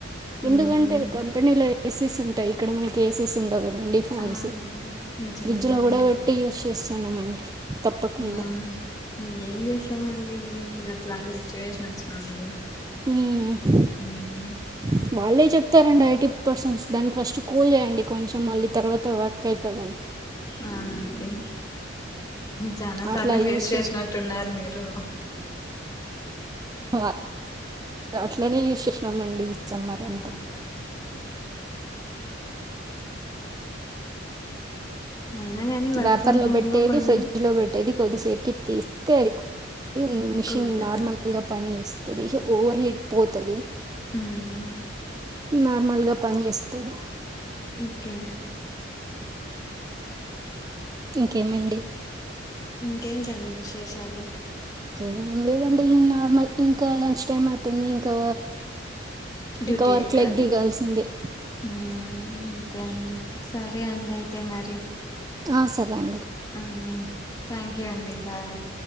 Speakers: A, on the right; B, on the left.
A: ఎందుకంటే
B: మ్మ్
A: కంపెనీలో ఏసీస్ ఉంటాయి ఇక్కడ మనకి ఏసీస్ ఉండవు అదండి ఫ్యాన్స్
B: అవునండి నిజమేనండి
A: ఫ్రిడ్జ్లో కూడా పెట్టి యూస్ చేస్తుాన్నామండి తప్పకుండా
B: ఆ ఇంకేం చేస్తామండి ఇ అట్లాంటి సిచ్యువేషన్ వచ్చినప్పుడు
A: హ్మ్మ్
B: మ్మ్
A: వాళ్ళే చెప్తారండి ఎయిటీ పర్సెన్ట్స్ దానికి ఫస్ట్ కూల్ చేయండి కొంచెం మళ్ళీ తర్వాత వర్క్ అవుతుందని
B: అవునండి చానా
A: అట్లా
B: సార్లు ఫేస్
A: యూస్
B: చేసినట్టున్నారు మీరు
A: అ అట్లనే చూససామండి ఈ సెమ్మర్
B: ఆ
A: అంతా
B: అయినా కానీ వర్క్
A: రేపర్
B: ఫ్రమ్
A: లో
B: హోమ్
A: పెట్టేది
B: కొన్ని
A: ఫ్రిడ్జ్ లో పెట్టేది కొద్దిసేపుటికి తీస్తే అది మిషన్
B: కూల్ అవుతుంది
A: నార్మల్ గా పని చేస్తంది కనీసం ఓవర్ హీట్ పోతది
B: హ్మ్మ్
A: నార్మల్గా పనిచేస్తది
B: ఓకే
A: ఇంకేమండి
B: ఇంకేంటండి విశేషాలు
A: ఏం లేదండి నార్మల్ ఇంకా లంచ్ టైం అవుతుంది ఇంకా
B: డ్యూటీ
A: ఇంకా వర్క్
B: ఎక్కాలి
A: లైక్ దిగాల్సిందే
B: హుమ్ అంతే అండి సరే అండి అయితే మరి
A: ఆ సరే అండి
B: హ్మ్మ్ థ్యాంక్యూ అండి బాయ్